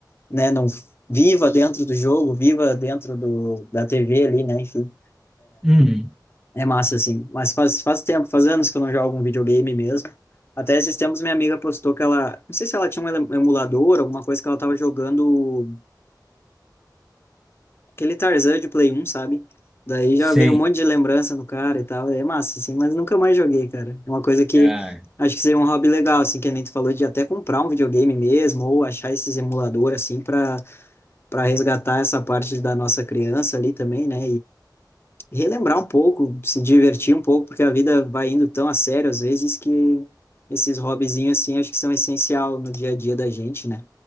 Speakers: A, on the left (about 30°); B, in the centre.
A: né, não viva dentro do jogo, viva dentro do, da TV ali, né? Enfim.
B: hum,
A: É massa, assim. Mas faz, faz tempo, faz anos que eu não jogo um videogame mesmo. Até esses tempos minha amiga postou que ela... Não sei se ela tinha um ele- emulador, alguma coisa que ela tava jogando aquele Tarzan de Play 1, sabe? Daí já
B: sei.
A: veio um monte de lembrança no cara e tal. É massa, assim. Mas nunca mais joguei, cara. É uma coisa que
B: Ah.
A: acho que seria um hobby legal, assim, que a gente falou de até comprar um videogame mesmo ou achar esses emuladores assim, para para resgatar essa parte da nossa criança ali também, né? relembrar um pouco, se divertir um pouco, porque a vida vai indo tão a sério às vezes que esses hobbyzinhos assim acho que são essencial no dia a dia da gente, né?